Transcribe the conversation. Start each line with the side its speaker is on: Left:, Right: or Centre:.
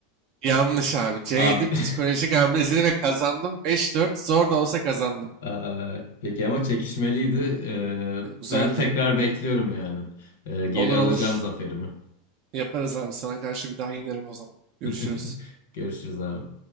Right: Yanlış abi. C'ydi
Left: Abi. <laughs>
Right: psikolojik amnezi ve kazandım. 5-4 zor da olsa kazandım.
Left: Ee, peki ama çekişmeliydi. Ee,
Right: E, Güzeldi.
Left: ben tekrar bekliyorum yani. Ee, geri
Right: Olur
Left: alacağım
Right: olur.
Left: zaferimi.
Right: Yaparız abi. Sana karşı bir daha yenirim o zaman. Görüşürüz.
Left: <laughs> Görüşürüz abi.